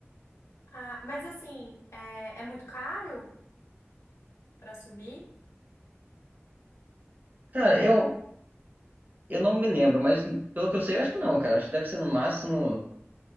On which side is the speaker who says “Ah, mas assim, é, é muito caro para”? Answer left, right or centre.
Left